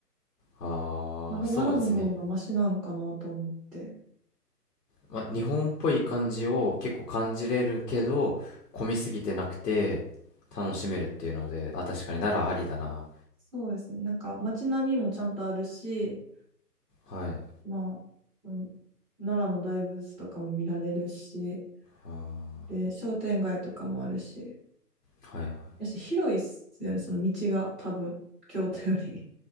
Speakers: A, on the left (about 80°); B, in the centre.
A: あー、
B: まだ奈良の方がマシなんかなと思って。
A: そうですね。まあ、日本っぽい感じを結構感じれるけど混みすぎてなくて楽しめるっていうのであ確かにならありだな
B: そうですね。なんか街並みもちゃんとあるし、
A: はい
B: まあ、うん、奈良の大仏とかも見られるし、
A: あ
B: で、商店街とかもあるし、
A: ーはいはい
B: やし広いっすよね、その道が多分、京都より。